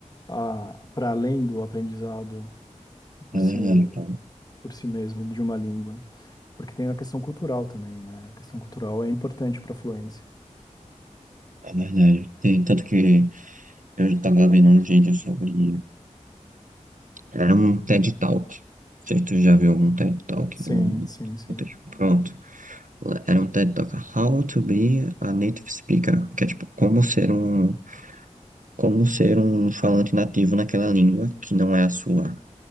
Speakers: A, on the left (about 30°); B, on the right (about 80°).
A: Ah, para além do aprendizado por
B: é verdade,
A: si,
B: cara.
A: por si mesmo de uma língua. Porque tem a questão cultural também, né? A questão cultural é importante para fluência.
B: É verdade. Tem, tanto que eu estava vendo um vídeo sobre. Era um TED Talk. Não sei se tu já viu algum TED Talk
A: Sim,
B: no
A: sim, sim.
B: contexto. Pronto. Era um TED Talk How to be a Native Speaker. Que é tipo, como ser um, como ser um falante nativo naquela língua que não é a sua.